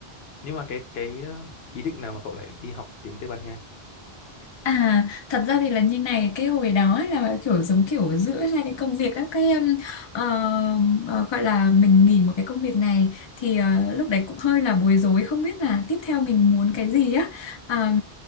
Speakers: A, on the left; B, on the left.
A: nhưng mà cái cái ờ, ý định nào mà cậu lại đi học tiếng Tây Ban Nha
B: À, thật ra thì là như này cái hồi đó ấy là kiểu giống kiểu giữa hai cái công việc á cái um, ờ, ờ, gọi là mình nghỉ một cái công việc này thì ờ, lúc đấy cũng hơi là bối rối không biết là tiếp theo mình muốn cái gì á À,